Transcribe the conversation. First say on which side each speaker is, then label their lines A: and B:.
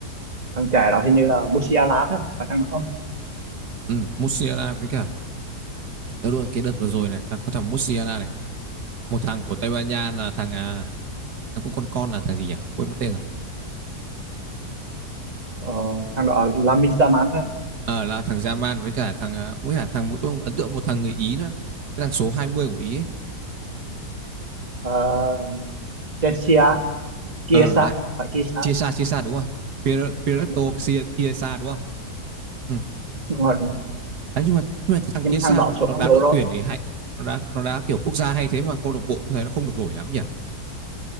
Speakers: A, on the right; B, on the right.
A: thằng trẻ đó hình như là Musiala phải không phải thằng đó không?
B: ừ, Musiala với cả Ờ, đúng rồi, cái đợt vừa rồi này ta có thằng Musiala này một thằng của Tây Ban Nha là thằng à, thằng cũng con con là thằng gì nhỉ quên mất tên rồi
A: ờ, thằng đó là Lamine Yamal phải không
B: Ờ là thằng Yaman với cả thằng à, với cả thằng mỗi tôi ấn tượng một thằng người Ý nữa. Cái thằng số 20 của Ý ấy.
A: ờ, Chelsea Kiesa
B: Ờ lại
A: phải Kiesa
B: Chiesa Chiesa đúng rồi. Pir- Piretto
A: Ờ,
B: Chia- Chiesa đúng không? Ừ.
A: đúng rồi đúng rồi
B: Đấy nhưng mà nhưng mà cái thằng
A: nhưng
B: Chiesa
A: mà thằng đó xuống
B: nó
A: phong
B: đá
A: độ
B: đội
A: rồi
B: tuyển thì hay nó đá nó đá kiểu quốc gia hay thế mà câu lạc bộ tôi thấy nó không được nổi lắm nhỉ.